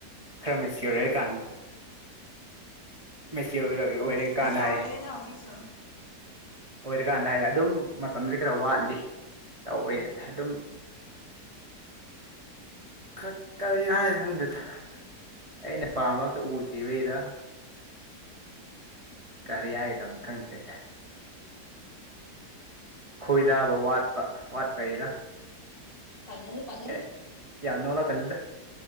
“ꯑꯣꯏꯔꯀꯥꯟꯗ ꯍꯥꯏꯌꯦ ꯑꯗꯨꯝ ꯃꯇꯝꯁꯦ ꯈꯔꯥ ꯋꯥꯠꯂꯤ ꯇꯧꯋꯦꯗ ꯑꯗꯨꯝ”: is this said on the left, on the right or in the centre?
Right